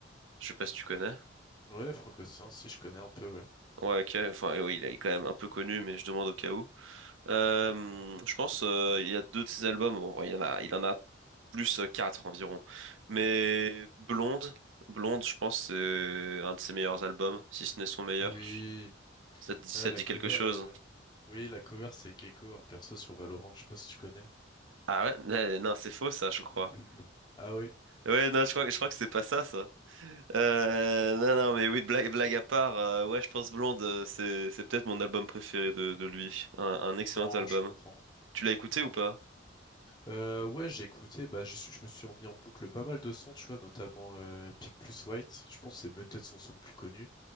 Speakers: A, on the right; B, on the left.
A: je sais pas si tu connais.
B: Ouais, Franco-Océan, si je connais un peu, ouais.
A: Ouais, ok. Enfin, oui, il est quand même un peu connu, mais je demande au cas où.
B: Mm.
A: Euh, je pense euh, il y a deux de ses albums. En vrai, il y en a, il en a plus euh, quatre environ. Mais Blonde, Blonde, je pense c'est un de ses meilleurs albums, si ce n'est son meilleur.
B: Oui,
A: Ça te dit, ça
B: Ah, la
A: te dit
B: cover,
A: quelque chose?
B: euh, oui, la cover c'est Gecko, un perso sur Valorant, je sais pas si tu connais. <clears throat>
A: Ah ouais, mais non, c'est faux ça, je crois.
B: <laughs> Ah oui,
A: Ouais, non, je crois, je crois que c'est pas ça, ça. Euh, non, non, mais oui, blague, blague à part, euh, ouais, je pense Blonde, euh, c'est, c'est peut-être mon album préféré de, de lui. un un excellent
B: non,
A: album.
B: je comprends,
A: Tu
B: je
A: l'as écouté
B: comprends.
A: ou pas?
B: Euh, ouais, j'ai écouté, bah, je, suis- je me suis remis en boucle pas mal de sons, tu vois, notamment euh, Pink plus White, je pense que c'est même peut-être son son le plus connu,